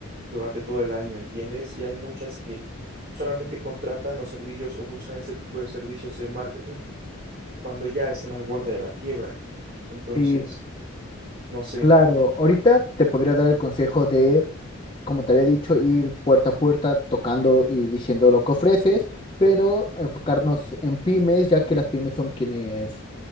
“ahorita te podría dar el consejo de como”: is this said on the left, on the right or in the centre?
Left